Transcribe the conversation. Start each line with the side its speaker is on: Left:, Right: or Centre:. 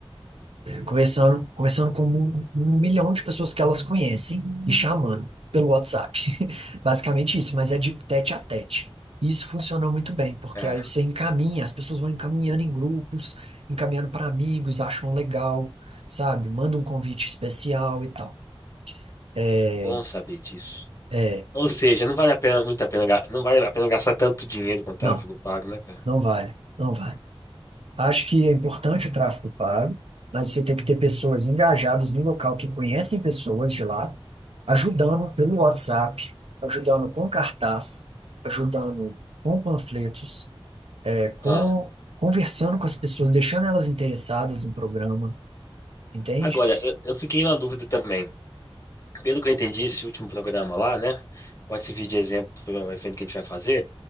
Right: Conversando, conversando com um um milhão de pessoas que elas conhecem e chamando pelo WhatsApp. <laughs> Basicamente isso, mas é de tete a tete. E isso funcionou muito bem, porque
Left: É,
Right: aí você encaminha, as pessoas vão encaminhando em grupos, encaminhando para amigos, acham legal, sabe? Manda um convite especial e tal. É,
Left: bom saber disso.
Right: é,
Left: Ou seja, não vale a pena, muito a pena, ga- não vale a pena gastar tanto dinheiro quanto tráfego
Right: não,
Left: pago, né, cara?
Right: não vale, não vale. Acho que é importante o tráfego pago, mas você tem que ter pessoas engajadas no local que conhecem pessoas de lá, ajudando pelo WhatsApp, ajudando com cartaz, ajudando com panfletos, é, com
Left: Ah,
Right: conversando com as pessoas, deixando elas interessadas no programa, entende?
Left: agora, eu, eu fiquei na dúvida também. Pelo que eu entendi, esse último programa lá, né? Pode servir de exemplo para o evento que a gente vai fazer.